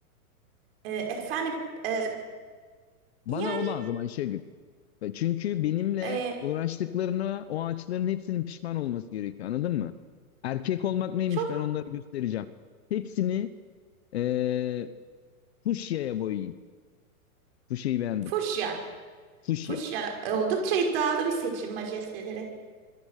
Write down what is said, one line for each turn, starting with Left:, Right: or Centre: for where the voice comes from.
Right: E, efendim e,
Left: Bana
Right: yani
Left: o lazım Ayşegül. Ve Çünkü benimle
Right: e,
Left: uğraştıklarına o ağaçların hepsinin pişman olması gerekiyor. Anladın mı? Erkek olmak neymiş
Right: çok
Left: ben onları göstereceğim. Hepsini e, fuşyaya boyayın. Fuşyayı beğendim.
Right: fuşya.
Left: Fuşya.
Right: Fuşya e, oldukça iddialı bir seçim majesteleri.